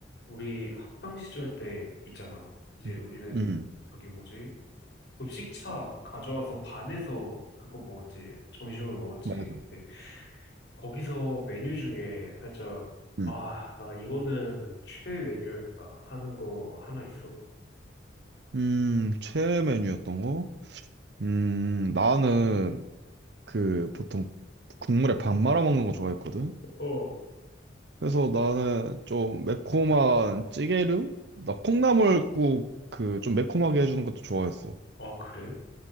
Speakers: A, on the left; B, on the right.
A: 우리 학창 시절 때 있잖아. 이제
B: 음,
A: 우리는
B: 음,
A: 저기 뭐지? 급식차 가져와서 반에서 그거 먹었지. 점심을 먹었지.
B: 뭐, 맞아.
A: 근데 거기서 메뉴 중에 살짝
B: 음,
A: 아, 나 이거는 최애 메뉴였다 하는 거 하나 있어?
B: 음, 최애 메뉴였던 거? 음, 나는 그 보통 국물에 밥 말아 먹는 거 좋아했거든?
A: 어.
B: 그래서 나는 좀 매콤한 찌개류? 나 콩나물국 그 좀 매콤하게 해주는 것도 좋아했어.
A: 아, 그래?